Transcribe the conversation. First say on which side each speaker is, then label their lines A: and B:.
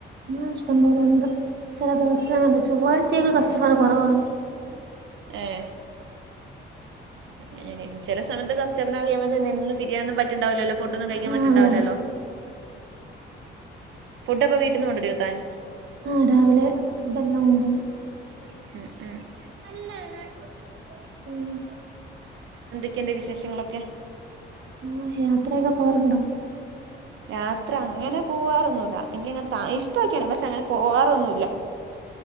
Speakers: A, on the right; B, on the right.
A: ആഹ് ഇഷ്ടംപോലുണ്ട് ചില ദിവസങ്ങളില് ചൊവ്വാഴ്ചയൊക്കെ കസ്റ്റമറ് കുറവാണ്.
B: ഏഹ് <unintelligible> <unintelligible> ചില സമയത്ത് കസ്റ്റമറ് അധികവുമ്പോ നിന്ന് തിരിയാനൊന്നും പറ്റണ്ടാവില്ലല്ലോ. ഫുഡൊന്നും കഴിക്കാൻ
A: ആ
B: പറ്റണ്ടാവില്ലല്ലോ.
A: അതെ അതെ
B: ഫുഡ് അപ്പ വീട്ടിന്ന് കൊണ്ടുവരൊ താൻ?
A: ആ രാവിലെ ഫുഡ് എല്ലാം കൊണ്ടുവരും.
B: <unintelligible>
A: <unintelligible>
B: എന്തൊക്കെണ്ട് വിശേഷങ്ങളൊക്കെ?
A: ആ യാത്രയൊക്കെ പോകാറുണ്ടോ?
B: യാത്ര അങ്ങനെ പോവാറൊന്നുമില്ല എനിക്കങ്ങനെ ത ഇഷ്ടക്കെയാണ് പക്ഷെ അങ്ങനെ പോവാറൊന്നുമില്ല.